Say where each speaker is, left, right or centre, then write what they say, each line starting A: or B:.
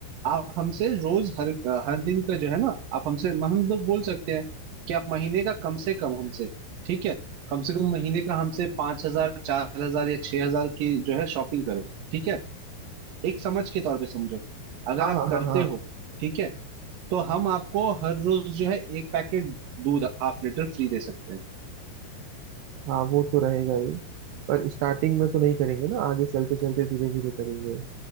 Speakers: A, on the right; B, on the right.
A: आप हमसे रोज हर हर दिन का जो है ना आप हमसे हम लोग बोल सकते हैं कि आप महीने का कम से कम हमसे ठीक है कम से कम महीने का हमसे पांच हजार चार हजार या छह हजार की जो है शॉपिंग करो ठीक है एक समझ के तौर पे समझो अगर
B: हाँ
A: आप
B: हाँ हाँ
A: करते
B: हाँ
A: हो ठीक है तो हम आपको हर रोज जो है एक पैकेट दूध हाफ लीटर फ्री दे सकते हैं
B: हाँ वो तो रहेगा ही पर स्टार्टिंग में तो नहीं करेंगे ना आगे चलते चलते धीरे धीरे करेंगे